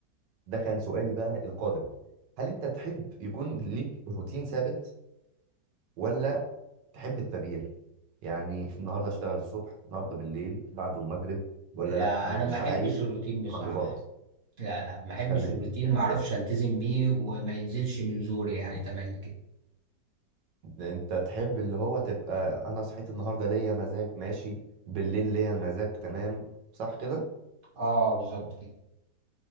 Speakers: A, on the right; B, on the right.
A: ده كان سؤالي بقى القادم هل انت تحب يكون ليك روتين ثابت ولا تحب التغيير يعني النهارده اشتغل الصبح النهارده بالليل بعده المغرب ولا
B: لا
A: لا انا
B: انا
A: مش
B: ما احبش
A: عايز
B: الروتين بصراحه
A: تقلبات
B: لا لا ما احبش
A: تمام
B: الروتين
A: تمام
B: ما اعرفش
A: يا-
B: التزم بيه وما ينزلش من زوري يعني
A: م.
B: تملي كده
A: انت تحب اللي هو تبقى انا صحيت النهارده ليا مزاج ماشي بالليل ليا مزاج تمام صح كده
B: اه بالظبط كده